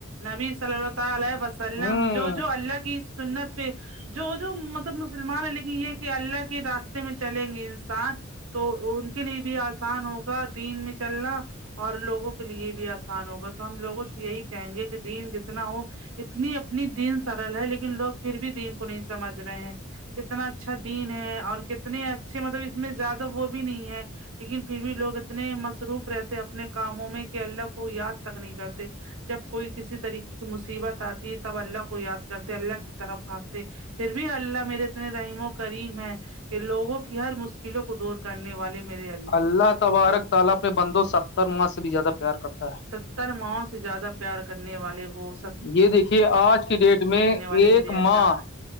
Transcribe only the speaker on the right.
نبی صلی اللہ تعالییہ وسلم
جو جو اللہ کی سنت پ جو جو مطلب مسلمان ہے لیکن یہ کہ اللہ کے راستے میں چلیں گے انسان تو ان کے لیے بھی آسان ہوگا دین میں چلنا اور لوگوں کے لیے بھی آسان ہوگا تو ہم لوگوں سے یہی کہیں گے کہ دین جتنا ہو اتنی اپنی دین سرل ہے لیکن لوگ پھر بھی دین کو نہیں سمجھ رہے ہیں کتنا اچھا دین ہے اور کتنے اچھے مطلب اس میں زیادہ وہ بھی نہیں ہے لیکن پھر بھی لوگ اتنے مصروف رہتے اپنے کاموں میں کہ اللہ کو یاد تک نہیں کرتے جب کوئی کسی طریقے کی مصیبت آتی ہے تب اللہ کو یاد کرتے اللہ کی طرف بھاگتے پھر بھی اللہ میرے اتنے رحیم و کریم ہے کہ لوگوں کی ہر مشکلوں کو دور کرنے والے میرے
ستر ماہ سے زیادہ پیار کرنے والے وہ س
والے
میرے اللہ
ہے